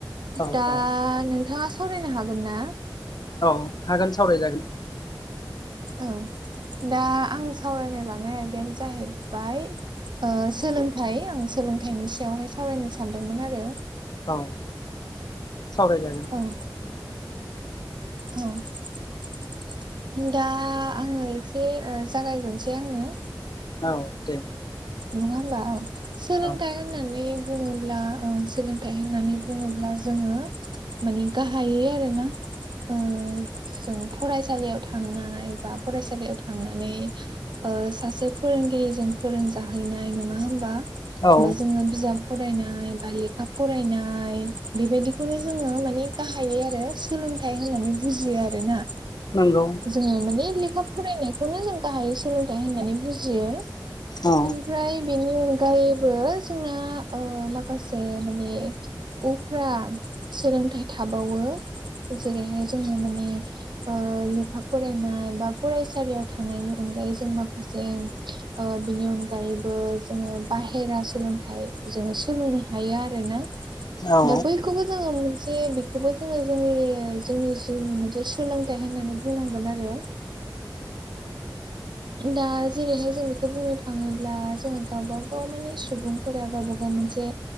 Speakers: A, on the left; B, on the right.
A: औ
B: दा
A: औ
B: नोंथाङा सावरायनो हागोन ना
A: औ हागोन सावरायजागोन
B: औ दा आं सावरायनो लानाय आयदायानो जाहैबाय ओ सोलोंथाइ आं सोलोंथाइनि सायावहाय सावरायनो सानदोंमोन आरो
A: औ सावरायजागोन
B: औ औ दा आङो एसे जागायग्रोनसै आंनो
A: औ दे
B: नङा होमबा औ सोलोंथाइ
A: औ
B: होननानै बुङोब्ला सोलोंथाइ होननानै बुङोब्ला जोङो माने गाहायै आरोना ओ जों फरायसालियाव थांनाय बा फरायसालियाव थांनानै ओ सासे फोरोंगिरिजों फोरोंजा जाहैनाय नङा होमबा
A: औ
B: बा जोङो बिजाब फरायनाय बा लेखा फरायनाय बेबायदिखौनो जोङो माने गाहायै आरो सोलोंथाइ होननानै बुजियो आरोना
A: नंगौ
B: जोङो माने लेखा फरायनायखौनो जों गाहायै सोलोंथाइ होननानै बुजियो
A: औ
B: ओमफ्राय बेनि अनगायैबो जोंना ओ माखासे माने उफ्रा सोलोंथाइ थाबावो जेरैहाय जोङो माने लेखा फरायनाय बा फरायसालियाव थांनायनि अनगायै जों माखासे आ बिनि अन गायैबो जोङो बाहेरा सोलोंथाइ जोङो सोलोंनो हायो आरोना
A: औ
B: दा बैखौबो जोङो मोनसे बेखौबो जोङो जोंनि जोंनि जिउनि मोनसे सोलोंथाइ होननानै बुंनांगोन आरो दा जेरैहाय जों बेखौ बुंनो थाङोब्ला जोङो गावब गाव माने सुबुंफोरा गावबा गाव मोनसे